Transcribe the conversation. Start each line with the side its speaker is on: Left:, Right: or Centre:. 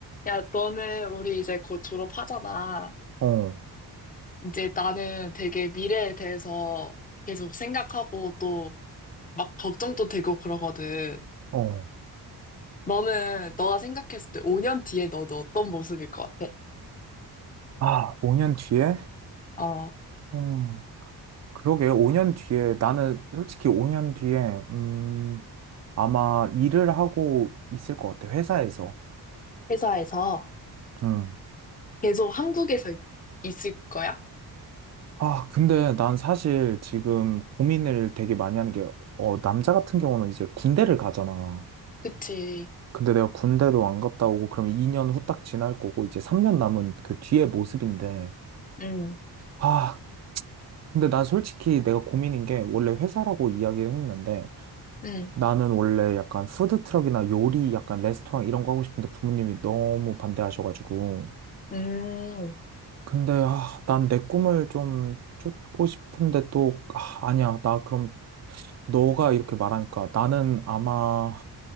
Left: 야, 너는 우리 이제 곧 졸업하잖아.
Right: 어,
Left: 이제 나는 되게 미래에 대해서 계속 생각하고 또 막 걱정도 되고 그러거든.
Right: 어.
Left: 너는 너가 생각했을 때 5년 뒤에 너는 어떤 모습일 것 같아?
Right: 아, 5년 뒤에?
Left: 어,
Right: 음, 그러게, 5년 뒤에. 나는 솔직히 5년 뒤에, 음, 아마 일을 하고 있을 것 같아, 회사에서.
Left: 회사에서
Right: 음.
Left: 계속 한국에서 있- 있을 거야?
Right: 아, 근데 난 사실 지금 고민을 되게 많이 하는 게, 어, 남자 같은 경우는 이제 군대를 가잖아.
Left: 그치.
Right: 근데 내가 군대도 안 갔다 오고, 그러면 2년 후딱 지날 거고, 이제 3년 남은 그 뒤의 모습인데,
Left: 응,
Right: 아, 근데 난 솔직히 내가 고민인 게, 원래 회사라고 이야기를 했는데,
Left: 응,
Right: 나는 원래 약간 푸드트럭이나 요리, 약간 레스토랑 이런 거 하고 싶은데 부모님이 너무 반대하셔가지고.
Left: 음,
Right: 근데, 아, 난 내 꿈을 좀 쫓고 싶은데 또, 아, 아니야. 나 그럼 너가 이렇게 말하니까 나는 아마